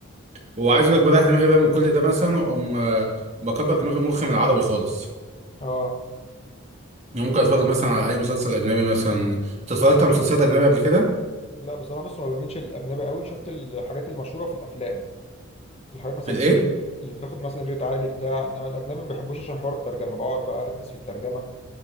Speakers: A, on the right (about 35°); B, on the left (about 30°).
A: وعايز اقول لك بريح دماغي بقى من كل ده مثلا اقوم آه، بكبر دماغي مخي من العربي خالص
B: اه
A: يعني ممكن اتفرج مثلا على اي مسلسل اجنبي مثلا انت اتفرجت على مسلسلات اجنبي قبل كده
B: لا بس انا بص ما بعملش الاجنبي قوي شفت الحاجات المشهوره في الافلام الحاجات مثلا
A: في الايه
B: بتاخد ريت اللي بتاخد مثلا ريت عالي بتاع انما الاجنبي ما بحبوش عشان حوار الترجمه بقعد بقى اركز في الترجمه